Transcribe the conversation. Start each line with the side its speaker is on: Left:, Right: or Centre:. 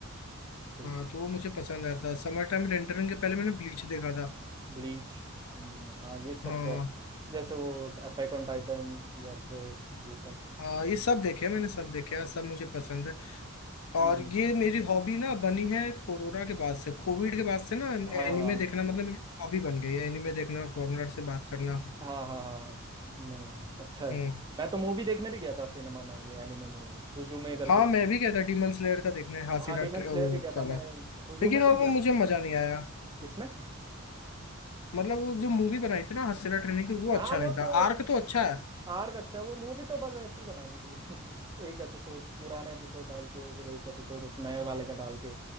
Right: बिल्कुल
Left: हाँ तो वो मुझे पसंद आया था समर टाइम रेंटरिंग के पहले मैंने ब्लीच देखा था
Right: ब्लीच हाँ ये सब
Left: हाँ
Right: बहुत जैसे वो अटैक ऑन टाइटन्स या फिर ये सब
Left: हाँ ये सब देखे मैंने सब देखे हाँ, सब मुझे पसंद है
Right: हम्म
Left: और
Right: हम्म,
Left: ये मेरी हॉबी ना बनी है कोरोना के बाद से कोविड के बाद से ना
Right: हाँ
Left: एनिमे
Right: हाँ
Left: देखना मतलब मेरी हॉबी बन गई है एनिमे देखना फॉरेनर से बात करना
Right: हाँ हाँ हाँ हाँ। नहीं नहीं अच्छा है
Left: हम्म
Right: मैं तो मूवी देखने भी गया था सिनेमा में ये एनिमे मूवी है सुजुमे करके
Left: हाँ मैं भी कहता डीमन स्लेयर का देखना है हासिरा
Right: हाँ डेमन
Left: ट्रे-
Right: स्लेयर
Left: वो
Right: भी गया था
Left: काला
Right: मैं सुजुमे
Left: लेकिन और
Right: भी गया
Left: वो मुझे
Right: था
Left: मजा नहीं आया
Right: किसमें
Left: मतलब वो जो मूवी बनाई थी ना हासिरा ट्रेनिंग की वो
Right: हाँ
Left: अच्छा
Right: वो
Left: नहीं
Right: तो
Left: था आर्क तो अच्छा है
Right: आर्क अच्छा है, वो मूवी तो बस ऐसी बना दी थी <laughs> एक एपिसोड पुराने एपिसोड डाल के फिर एक एपिसोड उस नए वाले का डाल के